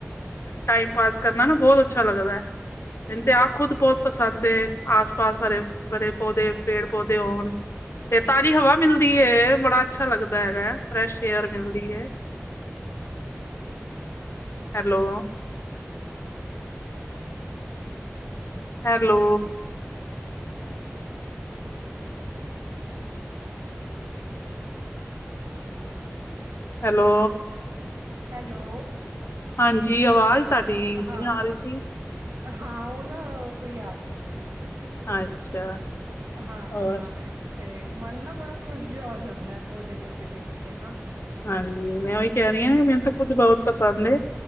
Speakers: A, on the left; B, on the right.
A: ਟਾਈਮ ਪਾਸ ਕਰਨਾ ਨਾ ਬੋਤ ਅੱਛਾ ਲੱਗਦਾ। ਮੈਨੂੰ ਤੇ ਆਪ ਖੁਦ ਬੋਤ ਪਸੰਦ ਏ, ਆਸ ਪਾਸ ਸਾਰੇ ਬੜੇ ਪੌਦੇ, ਪੇੜ-ਪੌਦੇ ਹੋਣ ਫੇਰ ਤਾਜ਼ੀ ਹਵਾ ਮਿਲਦੀ ਹੈ। ਬੜਾ ਅੱਛਾ ਲੱਗਦਾ ਹੈਗਾ, ਫਰੈਸ਼ ਏਅਰ ਮਿਲਦੀ ਹੈ। ਹੈਲੋ ਹੈਲੋ ਹੈਲੋ
B: ਹੈਲੋ
A: ਹਾਂਜੀ, ਆਵਾਜ਼ ਤੁਹਾਡੀ ਨਹੀਂ
B: ਹਾਂ,
A: ਆ ਰਹੀ ਸੀ
B: ਹਾਂ ਉਹ ਨਾ ਕੋਈ ਆ ਗਿਆ ਸੀ।
A: ਅੱਛਾ
B: ਹਾਂ,
A: ਹੋਰ
B: ਤੇ ਮਨ ਨਾ ਬੜਾ ਖੁਸ਼ ਜਿਹਾ ਹੋ ਜਾਂਦਾ ਹੈ, ਪੌਦੇ-ਪੌਦੇ ਵੇਖ ਕੇ ਨਾ।
A: ਹਾਂਜੀ, ਮੈਂ ਉਹੀ ਕਹਿ ਰਹੀ ਹਾਂ। ਮੈਨੂੰ ਤਾਂ ਖੁਦ ਬਹੁਤ ਪਸੰਦ ਏ